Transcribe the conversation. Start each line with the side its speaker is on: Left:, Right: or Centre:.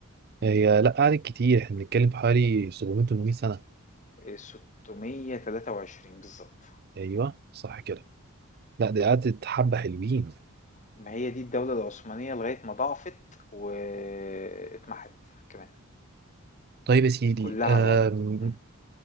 Right: هي لا قعدت كتير احنا بنتكلم في حوالي 700 800 سنة
Left: إيه، 623 بالظبط
Right: أيوه صح كده لا دي قعدت حبة حلوين
Left: ما هي دي الدولة العثمانية لغاية ما ضعفت واتمحت كمان
Right: طيب يا سيدي
Left: كلها
Right: آه
Left: على بعضها مم.